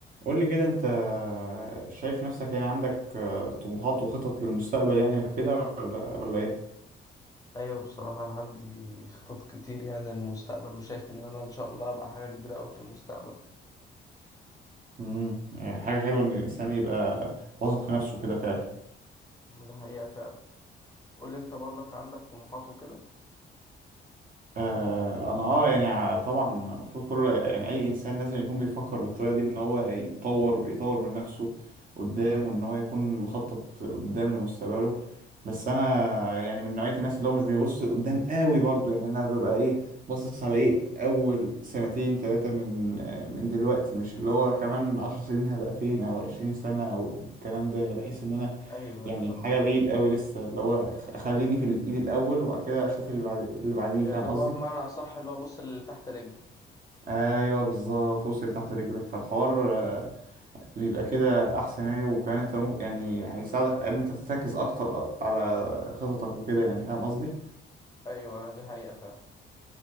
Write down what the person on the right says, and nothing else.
قول لي كده انت شايف نفسك يعني عندك آه، طموحات وخطط للمستقبل يعني وكده ولا ولا ايه
امم حاجة حلوة ان الانسان يبقى واثق في نفسه كده فعلا
آه، انا اه يعني ع- طبعا المفروض كل يعني اي انسان لازم يكون بيفكر بالطريقه دي ان هو يتطور ويطور من نفسه قدام وان هو يكون مخطط قدام لمستقبله بس انا يعني من نوعيه الناس اللي هو مش بيبص قدام قوي برضو يعني انا ببقى ايه باصص على ايه اول سنتين ثلاثه من آه، من دلوقتي مش اللي هو كمان عشر سنين هبقى فين او عشرين سنه او الكلام ده يعني بحس ان انا
يعني
حاجه بعيد قوي لسه اللي هو خ- خليني في اللي في ايدي الاول وبعد كده اشوف اللي بعد اللي بعديه
فاهم
قصدي
ايوه بالظبط وصل تحت رجلك فالحوار آه، بيبقى كده احسن يعني وكمان انت ممكن يعني هيساعدك ان انت تركز اكتر على خططك وكده يعني فاهم قصدي